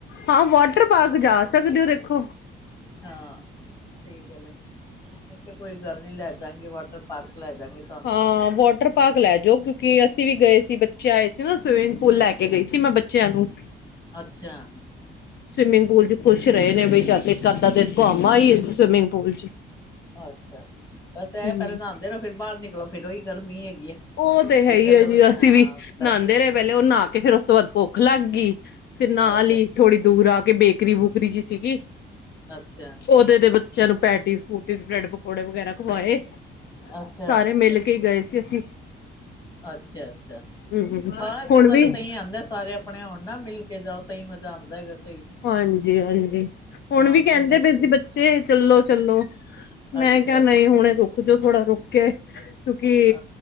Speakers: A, on the left; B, on the left.
A: ਹਾਂ ਵਾਟਰ ਪਾਰਕ ਜਾ ਸਕਦੇ ਹੋ ਦੇਖੋ।
B: ਹਾਂ ਸਹੀ ਗੱਲ ਹੈ ਮੈਂ ਕੋਈ ਗੱਲ ਨੀ ਲੈ ਜਾਗੇ ਵਾਟਰ ਪਾਰਕ। ਲੈ ਜਾਗੇ ਤੁਹਾਨੂੰ
A: ਹਾਂ ਵਾਟਰ ਪਾਰਕ ਲੈ ਜਾਓ ਕਿਉਂਕਿ ਅਸੀਂ ਵੀ ਗਏ ਸੀ ਬੱਚਿਆਂਏ। ਸੀ ਨਾ ਸਵਿਮਿੰਗ ਪੂਲ ਲੈ ਕੇ ਗਈ ਸੀ ਮੈਂ ਬੱਚਿਆਂ ਨੂੰ
B: ਅੱਛਾ
A: ਸਵਿਮਿੰਗ ਪੂਲ ਚ ਖੁਸ਼ ਰਹੇ ਨੇ ਬਈ ਚੱਲ ਇੱਕ ਅੱਧਾ ਦਿਨ ਘੁੰਮ ਆਈਏ ਸਵਿਮਿੰਗ ਪੂਲ ਚ।
B: ਅੱਛਾ, ਬਸ ਇਹ
A: ਹਮ
B: ਪਹਿਲਾਂ ਨਾਂਦੇ ਰਹੋ ਫਿਰ ਬਾਹਰ ਨਿਕਲੋ ਫਿਰ ਉਹੀ ਗਰਮੀ ਹੈਗੀ। ਹੈ।
A: ਉਹ ਤੇ
B: ਕੀ
A: ਹੈ ਹੀ
B: ਕਰਦਾ
A: ਹੈ
B: ਬਸ
A: ਜੀ ਅਸੀਂ
B: ਹਾਂ
A: ਵੀ
B: ਬੈਠੇ
A: ਨਾਂਦੇ ਰਹੇ ਪਹਲੇ ਉਹ ਨਾ ਤੇ ਫਿਰ ਉਸ ਤੋਂ ਬਾਅਦ ਭੁੱਖ ਲੱਗ ਗਈ ਫਿਰ ਨਾਲ
B: ਅੱਛਾ
A: ਹੀ ਥੋੜੀ ਦੂਰ ਆ ਬੇਕਰੀ-ਬੂਕਰੀ ਜਿ ਸੀਗੀ
B: ਅੱਛਾ
A: ਉਹਦੇ ਦੇ ਬੱਚਿਆਂ ਨੂੰ ਪੈਟੀਸ ਪੁਟੀਸ ਬ੍ਰੈਡ ਪਕੌੜੇ ਵਗੈਰਾ ਖਵਾਏ
B: ਅੱਛਾ
A: ਸਾਰੇ ਮਿਲ ਕੇ ਗਏ ਸੀ ਅਸੀਂ।
B: ਅੱਛਾ-ਅੱਛਾ,
A: ਹਮ
B: ਹਾਂ
A: ਹੁਣ
B: ਤੇ ਮਜ਼ਾ
A: ਵੀ
B: ਤਾਂ ਹੀ ਆਂਦਾ ਸਾਰੇ ਆਪਣੇ ਹੋਣ ਨਾ ਮਿਲ ਕੇ ਜਾਓ ਤਾਹੀਂ ਮਜ਼ਾ ਆਂਦਾ ਹੈਗਾ ਸੀ।
A: ਹਾਂਜੀ ਹਾਂਜੀ
B: ਹਾਂ
A: ਹੁਣ ਵੀ ਕਹਿੰਦੇ
B: ਕੱਲਿਆਂ ਚ
A: ਪਏ ਸੀ ਬੱਚੇ ਚੱਲੋ ਚੱਲੋ।
B: ਅੱਛਾ
A: ਮੈਂ ਕਿਹਾ ਨਹੀਂ ਹੁਣੇ ਰੁਕ ਜੋੋ ਥੋੜਾ ਰੁਕ ਕੇ ਕਿਉਂਕਿ
B: ਅ